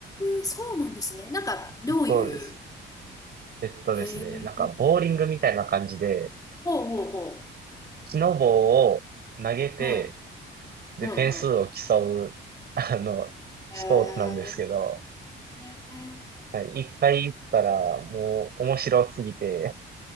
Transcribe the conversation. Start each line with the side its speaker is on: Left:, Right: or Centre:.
Left: え、そうなんですね。なんか、どういう、
Right: そうです。えっとですね、
Left: へえ、
Right: なんか、ボーリングみたいな感じで、
Left: ほうほうほ
Right: 木の棒を投げて、
Left: う。うん、
Right: で、
Left: うん、
Right: 点数を競う、
Left: うん。
Right: あの、スポーツなんですけど、
Left: へえ、
Right: はい、一回行ったら、もう、面白すぎて、